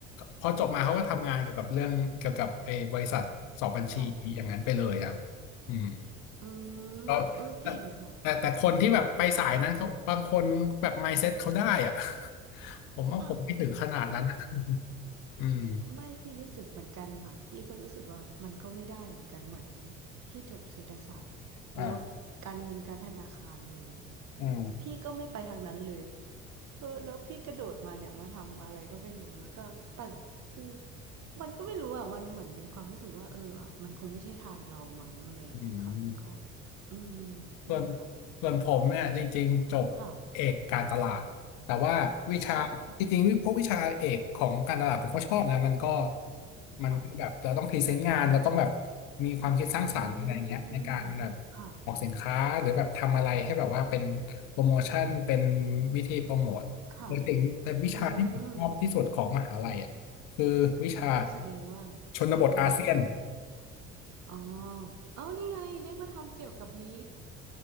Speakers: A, on the left; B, on the right.
A: พอจบมาเขาก็ทำงานเกี่ยวกับเรื่องเกี่ยวกับไอ้บริษัทสอบบัญชีอย่างนั้นไปเลยอะ
B: ค่ะ
A: อืม
B: อืมเออเก่งค่ะ
A: ก็แต่แต่แต่คนที่แบบไปสายนั้นเขาบางคนแบบ mindset เขาได้อะ <laughs> ผมว่าผมไม่ถึงขนาดนั้นอะ
B: ค่ะพี่
A: <laughs> อืม
B: พี่ไม่พี่รู้สึกเหมือนกันค่ะพี่ก็รู้สึกว่ามันก็ไม่ได้เหมือนกันเหมือนพี่จบเศรษฐศาสตร์แล้วการเงินการธนาคารอะไรเงี้ย
A: อ่าอืม
B: พี่ก็ไม่ไปทางนั้นเลยเออแล้วพี่กระโดดมาเนี่ยมาทำอะไรก็ไม่รู้แล้วก็แต่คือมันก็ไม่รู้อ่ะมันเหมือนเป็นความรู้สึกว่าเอออ่ะมันคงไม่ใช่ทางเรามั้งอะไรอย่างเงี้ยค่ะก็
A: อืม
B: อืม
A: ส่วน
B: นั่นแหละค่ะ
A: ส่วนผมเนี่ยจริงๆจบเอกการตลาดแต่ว่าวิชาจริงๆวิพวกวิชาเอกของการตลาดผมก็ชอบนะมันก็
B: ค่ะค่ะ
A: มันก็แบบเราต้องพรีเซนต์งานเราต้องแบบ
B: ค่ะ
A: มีความคิดสร้างสรรค์อะไรเงี้ยในการแบบ
B: อืมค่ะ
A: ออกสินค้าหรือแบบทำอะไรให้แบบว่าเป็นโปรโมชั่นเป็นวิธีโปรโมทแต่สิ่งแต่วิชาที่ผมชอบที่สุดของมหาลัยอ่ะคือวิชา
B: ค่ะอืม อ๋อแสดงว่า
A: ชนบทอาเซียน
B: เราชอบอ๋อเอานี่ไงได้มาทำเกี่ยวกับนี้